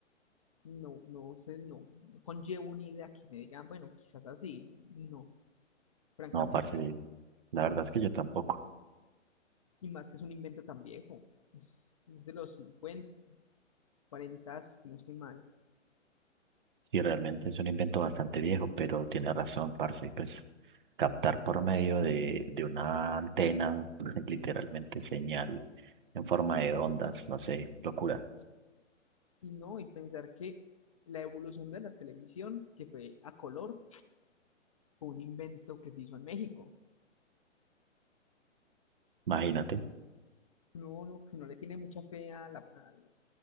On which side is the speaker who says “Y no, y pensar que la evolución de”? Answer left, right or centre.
Left